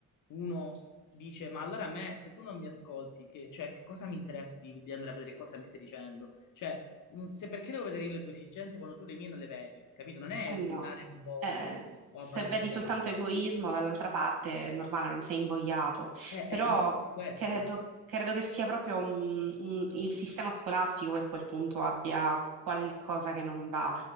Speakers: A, on the left; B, on the right.
A: uno dice: Ma allora a me, se tu non mi ascolti, che, cioè, che cosa mi interessa di, di andare a vedere cosa mi stai dicendo? Cioè, Mm, Se perché devo vedere io le tue esigenze quando tu le mie non le vedi, capito? Non è
B: Eh
A: un
B: no,
A: dare un voto
B: eh,
A: o
B: se
A: avvantaggiare.
B: vedi soltanto egoismo dall'altra parte è normale, non sei invogliato,
A: Eh,
B: però
A: eh, infatti è questo.
B: credo, credo che sia proprio un- un- il sistema scolastico che a quel punto abbia qualcosa che non va.